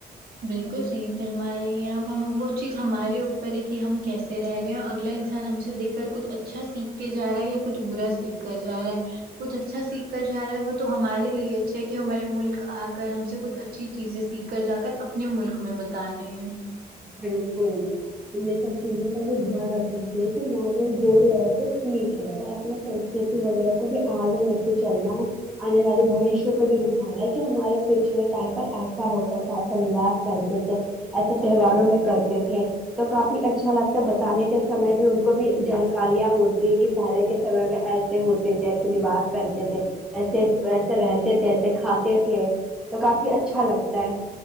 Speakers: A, on the right (about 65°); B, in the centre.
A: بالکل صحیح فرما رہی ہیں اب وہ چیز ہمارے اوپر ہے کی ہم کیسے رہ رہے ہیں اور اگلا انسان ہم سے دیکھ کر کچھ اچھا سیکھ کے جا رہا ہے یا کچھ برا سیکھا جا رہا ہے کچھ اچھا سیکھ کر جا رہا ہے وہ تو ہمارے لیے اچھا ہے کہ ہمارے ملک آ کر ہم سے کچھ اچھی چیزیں سیکھ کر جا کر اپنے ملک میں بتا رہے ہیں
B: بالکل تو یے سب چیزوں کا بھی دھیان رکھنا چاہیے کے <unintelligible> ٹھیک ہے تو آپ نے سسکرتی وغیرہ کو بھی آگے لے کے چلنا آنے والے بوشیہ کو بھی دکھانا ہے کہ ہمارے پچھلے ٹائم پر ایسا ہوتا تھا ایسا لباس پہنتے تھے ایسے تہواروں میں کرتے تھے تو کافی اچھا لگتا ہے بتانے کے سمے بھی ان کو بھی جانکاریاں ہوتی یے کہ پہلے کے سمے میں ایسے ہوتے تھے ایسے لباس پہنتے تھے ایسے ایسے رہتے تھے ایسے کھاتے تھے تو کافی اچھا لگتا ہے